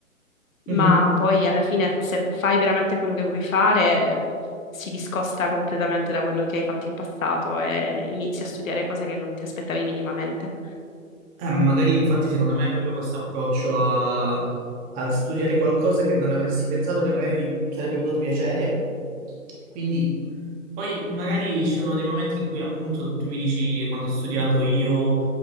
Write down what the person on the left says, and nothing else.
ma poi alla fine se fai veramente quello che vuoi fare, si discosta completamente da quello che hai fatto in passato e inizi a studiare cose che non ti aspettavi minimamente.